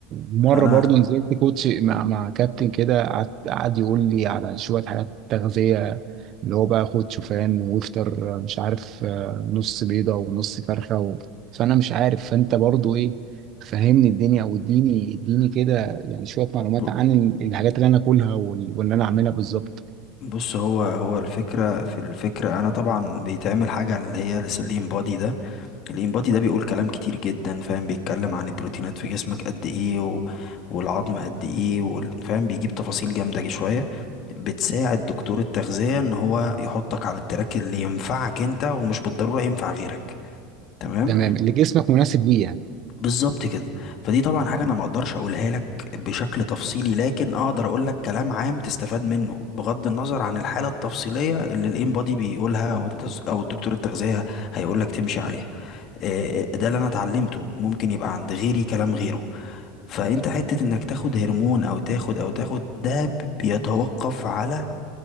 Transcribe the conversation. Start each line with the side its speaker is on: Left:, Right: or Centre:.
Right: مره
Left: انا
Right: برضو نزلت كوتش مع مع كابتن كده قعد قعد يقول لي على شويه حاجات تغذيه اللي هو بقى خد شوفان وافطر مش عارف آه، نص بيضه ونص فرخه و... فانا مش عارف فانت برضو ايه فهمني الدنيا او اديني اديني كده يعني شويه معلومات
Left: ب-
Right: عن ال- الحاجات اللي انا اكلها وال- واللي انا اعملها بالظبط
Left: بص هو هو الفكرة في الفكرة انا طبعا بيتعمل حاجة اللي هي الانبادي ده الانبادي ده بيقول كلام كتير جدا فاهم بيتكلم عن البروتينات في جسمك قد ايه و... والعظم قد ايه وال... فاهم بيجيب تفاصيل جامدة جي شوية بتساعد دكتور التغذية ان هو يحطك على التراك اللي ينفعك انت ومش بالضرورة ينفع غيرك تمام
Right: تمام اللي جسمك مناسب ليه يعني
Left: بالظبط كده فدي طبعا حاجة انا ما اقدرش اقولها لك بشكل تفصيلي لكن اقدر اقول لك كلام عام تستفاد منه بغض النظر عن الحالة التفصيلية اللي الانبادي بيقولها او انت او الدكتور التغذية هيقول لك تمشي عليها آه، آه، ده اللي انا اتعلمته ممكن يبقى عند غيري كلام غيره فانت حتة انك تاخد هرمون او تاخد او تاخد ده بيتوقف على